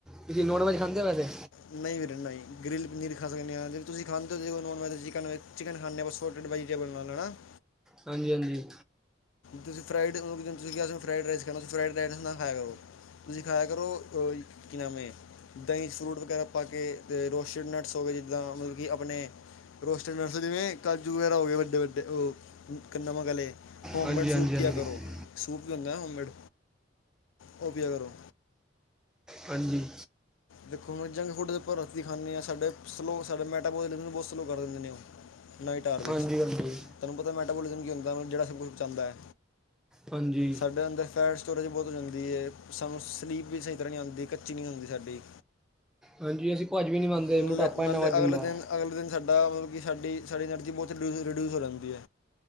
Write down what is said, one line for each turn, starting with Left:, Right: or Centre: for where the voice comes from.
Centre: ਤੁਸੀ ਨੋਨ ਵੈਜ ਖਾਂਦੇ ਹੋ ਵੈਸੇ?
Left: ਨਹੀਂ ਵ ਕੇ ਨਹੀ ਗਰਿਲ ਪਨੀਰ ਖਾ ਸਕਣੇ ਆ। ਜਿਵੇ ਤੁਸੀਂ ਖਾਂਦੇ ਹੋ ਜਿਵੇ ਨੋਨ ਵੈਜ ਚਿਕਨ- ਚਿਕਨ ਖਾਂਦੇ ਆਪਾਂ ਸੋਟਡ ਵੈਜੀਟੇਬਲ ਨਾਲ ਹੈ ਨਾ। <unintelligible> <unintelligible>
Centre: ਹਾਂਜੀ- ਹਾਂਜੀ।
Left: ਤੁਸੀਂ ਫਰਾਈਡ ਜ ਤੁਸੀਂ ਅ ਫਰਾਈਡ ਰਾਈਸ ਖਾਣਾ ਤੁਸੀ ਫਰਾਈਡ ਰਾਈਸ ਨਾ ਖਾਇਆ ਕਰੋ <unintelligible> ਤੁਸੀਂ ਖਾਇਆ ਕਰੋ ਉ ਕੀ ਨਾਮ ਏ, ਦਹੀਂ ਚ ਫਰੂਟ ਵਗੈਰਾ ਪਾ ਕੇ। ਤੇ ਰੋਸ਼ਟਡ ਨਟਸ ਹੋ ਗਏ ਜਿੱਦਾਂ ਮਤਲਬ ਕਿ ਆਪਣੇ ਰੋਸਟਡ ਨਰਸਰੀ ਨਈ ਕਾਜੂ ਵਗੈਰਾ ਗਏ ਵੱਡੇ- ਵੱਡੇ ਉਹ ਕ ਨਮਕ ਆਲੇ। ਹੋਮਮੇਡ
Centre: ਹਾਂਜੀ ਹਾਂਜੀ
Left: ਸੂਪ ਪਿਆ
Centre: ਹਾਂਜੀ
Left: ਕਰੋ। ਸੂਪ ਵੀ ਹੁੰਦਾ ਏ ਹੋਮਮੇਡ, ਉਹ ਪਿਆ ਕਰੋ।
Centre: ਹਾਂਜੀ।
Left: ਦੇਖੋ ਵ ਜੰਗ ਫੂਡ ਦੇ ਉਪਰ ਦਿਖਾਣੇ ਆਂ ਸਾਡੇ ਸਲੋ ਸਾਡਾ ਮੈਟਾਬੋਲਿਜਮ ਨੂੰ ਬਹੁਤ ਸਲੋ ਕਰ ਦਿੰਦੇ ਨੇ ਉਹ। ਨਾਈਟ ਆਰ ਵਿੱਚ,
Centre: ਹਾਂਜੀ ਹਾਂਜੀ
Left: ਤੈਨੂੰ ਪਤਾ ਮੈਟਾਬੋਲੀਜ਼ਮ ਕੀ ਹੁੰਦਾ ਜਿਹੜਾ ਸਬ ਕੁਜ ਪਚਾਂਦਾ।
Centre: ਹਾਂਜੀ
Left: ਸਾਡੇ ਅੰਦਰ ਫੈਟਸ <unintelligible> ਬਹੁਤ ਹੋ ਜਾਂਦੀ ਏ ਸਾਨੂੰ ਸਲੀਪ ਵੀ ਸਹੀ ਤਰ੍ਹਾਂ ਨਹੀਂ ਆਂਦੀ ਕੱਚੀ ਨੀਂਦ ਹੁੰਦੀ ਸਾਡੀ।
Centre: ਹਾਂਜੀ। ਅਸੀ ਭੱਜ ਵੀ ਨੀ ਮੰਨਦੇ
Left: ਨਾਲੇ
Centre: ਮੋਟਾਪਾ
Left: ਨਾਲੇ
Centre: ਇੰਨਾ ਵੱਦ
Left: ਅਗਲੇ
Centre: ਜਾਂਦੈ।
Left: ਦਿਨ ਅਗਲੇ ਦਿਨ ਸਾਡਾ ਮਤਲਬ ਕਿ ਸਾਡੀ ਸਾਰੀ ਅਨਰਜੀ ਬਹੁਤ ਰਡਿਊਜ- ਰਡਿਊਜ਼ ਹੋ ਜਾਂਦੀ ਏ।